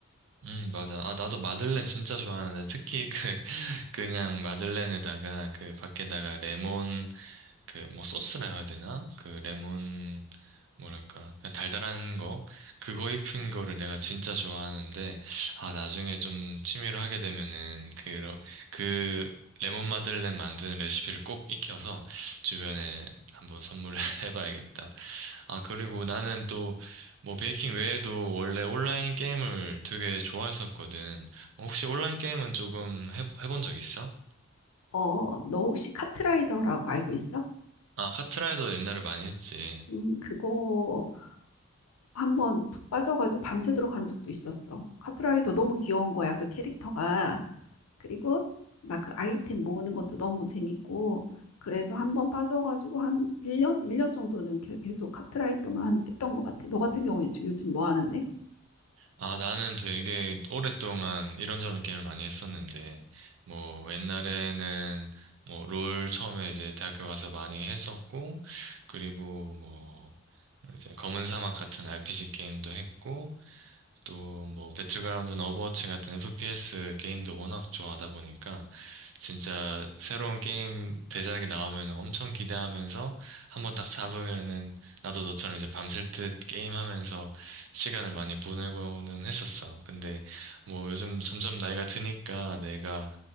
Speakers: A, on the right; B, on the left.
A: 음, 맞아. 아, 나도 마들렌 진짜 좋아하는데, 특히 그, <laughs> 그냥 마들렌에다가 그 밖에다가 레몬, 그 뭐 소스라 해야 되나? 그 레몬, 뭐랄까, 그냥 달달한 거? 그거 입힌 거를 내가 진짜 좋아하는데, 아, 나중에 좀 취미로 하게 되면은, 그, 그 레몬 마들렌 만드는 레시피를 꼭 익혀서 주변에 한번 선물해 <laughs> 봐야겠다. 아, 그리고 나는 또, 뭐, 베이킹 외에도 원래 온라인 게임을 되게 좋아했었거든. 어, 혹시 온라인 게임은 조금 해, 해본 적 있어?
B: 어, 너 혹시 카트라이더라고 알고 있어?
A: 아, 카트라이더 옛날에 많이 했지.
B: 음, 그거 한번 푹 빠져가지고 밤새도록 간 적도 있었어. 카트라이더 너무 귀여운 거야, 그 캐릭터가. 그리고 막 그 아이템 모으는 것도 너무 재밌고. 그래서 한 번 빠져가지고 한 1년? 일 년 정도는 게- 계속 카트라이더만 한- 했던 것 같아. 너 같은 경우에 지금 요즘 뭐 하는데?
A: 아, 나는 되게 오랫동안 이런저런 게임을 많이 했었는데, 뭐, 옛날에는, 뭐, 롤 처음에 이제 대학교 가서 많이 했었고, 그리고 뭐, 이제 검은 사막 같은 RPG 게임도 했고, 또 뭐 배틀그라운드나 오버워치 같은 FPS 게임도 워낙 좋아하다 보니까 진짜 새로운 게임 대작이 나오면 엄청 기대하면서 한번 딱 잡으면은 나도 너처럼 이제 밤샐 듯 게임하면서 시간을 많이 보내고는 했었어. 근데 뭐 요즘 점점 나이가 드니까 내가